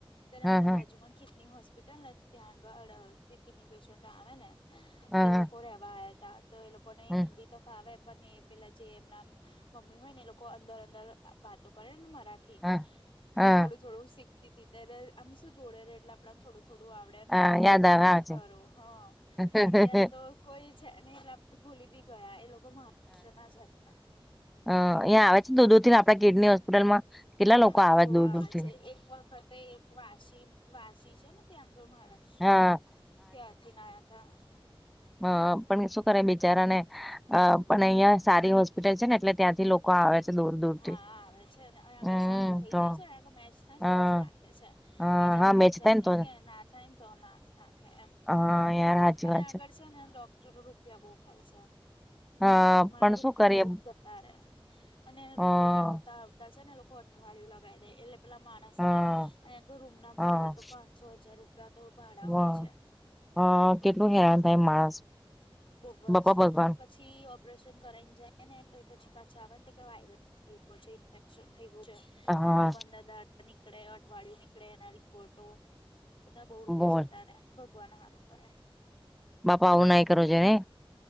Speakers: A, on the left; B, in the centre.
A: ત્યારે
B: હા
A: અમારા
B: હા
A: બાજુમાં કિડની હોસ્પિ હોસ્પિટલ ને તો ત્યાં આગળ કિડની પેશન્ટ આવે ને
B: હા
A: તો એ
B: હા
A: લોકો રેવા આયા તા તો એ લોકો ને
B: હમ
A: હિન્દી તો ફાવે પણ એ પેલા જે એમના મમ્મી હોય ને એ લોકો અંદર અંદર વાતો કરે ને મરાઠ મરાઠી
B: હા હા
A: તો થોડું થોડું શીખતી તી ત્યારે આમ શું જોડે રેય એટલે આપણને શું થોડું થોડું આવડે
B: હા
A: મને ગમતું
B: યાદ આવે
A: તું પણ
B: આવે
A: ખરું હા
B: છે
A: અત્યારે તો કોઈ છે ને એટલે ભૂલી બી જવાય એ લોકો મહારાષ્ટ્રના જ હતા.
B: હા અહંયા આવે છે ને દો થી આપ તા કિડની હોસ્પિટલમાં કેટલા લોકો
A: બધા બો
B: દૂર
A: આવે
B: દૂર થી
A: છે એક વખતે એક વાસી વાસી છે ને ત્યાં આગળ મહારાષ્ટ
B: હા
A: ત્યાંથી નાયા તા.
B: અ પણ શું કરે બિચારાને અ પણ અહિયાં સારી હોસ્પિટલ છે ને એટલે ત્યાંથી લોકો આવે છે દૂર દૂરથી
A: હા આવે છે ને અહીંયા આગળ
B: હમ
A: સારું થઇ
B: તો
A: જાય છે અહીંયા આગળ મેચ થાય
B: હા
A: ને તો જ ના નાખે છે
B: હા
A: બીજા
B: હા
A: બધા
B: મેચ
A: જેમ
B: થાય ને
A: નય
B: તો જ.
A: કે ના થાય ને તો ના નાખે એમ
B: હા યાર હાચી
A: પણ
B: વાત
A: આગળ
B: છે.
A: છે ને ડોક્ટરો રૂપિયા બો ખાય છે.
B: હા
A: તમારા
B: પણ
A: રૂપિયા
B: શું કરીએ
A: બો જતા રે અને રિપોર્ટ
B: હા
A: આવતા છે ને લોકો અઠવાડિયુ લગાવી દે એટલે પેલા માણસ
B: હા
A: ને અહીંયા આગળ રૂમ ના
B: હા
A: ભાડા તો પાંન સો હજાર રૂપિયા તો ભાડા
B: વા
A: હોય છે.
B: હા કેટલું હેરાન થાય માણસ.
A: બોવ
B: બાપા
A: જ
B: ભગવાન
A: પછી ઓપરેશન કરાઈને જાય ને તો પછી પાછા આવે ને તો વાયરસ થઈ ગયો છે ઇન્ફેક્શન થઈ ગયું છે.
B: હા
A: ને પંદર દહાડા નીકળે અઠવાડિયું નીકળે એના રિપોર્ટો બધા બો રૂપિયા
B: બોલ
A: જતા રે ભગવાન હારું કરે.
B: બાપા આવું નાઈ કરવુ જોઇએ ને